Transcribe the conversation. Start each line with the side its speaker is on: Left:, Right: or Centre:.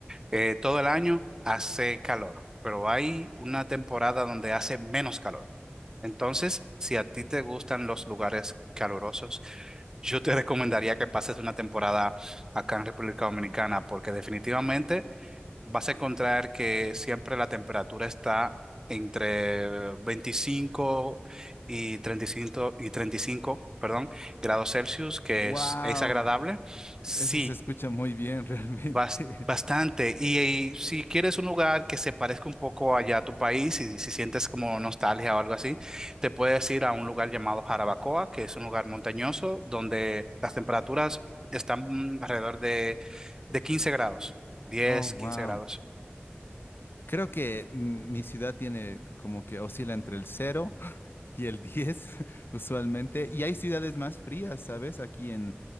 Right: eh, todo el año hace calor, pero hay una temporada donde hace menos calor. Entonces, si a ti te gustan los lugares calurosos, yo te <laughs> recomendaría que pases una temporada acá en República Dominicana porque definitivamente vas a encontrar que siempre la temperatura está entre 25 y 35, y 35, perdón, grados Celsius, que
Left: Wow,
Right: es, es agradable. Sí,
Left: eso se escucha muy bien <laughs> realmente.
Right: bas- bastante. Y, y si quieres un lugar que se parezca un poco allá a tu país, y si sientes como nostalgia o algo así, te puedes ir a un lugar llamado Jarabacoa, que es un lugar montañoso donde las temperaturas están mm, alrededor de, de 15 grados, 10,
Left: Oh, wow.
Right: 15 grados.
Left: Creo que mm, mi ciudad tiene como que oscila entre el cero y el 10 <laughs> usualmente. Y hay ciudades más frías, ¿sabes? Aquí en,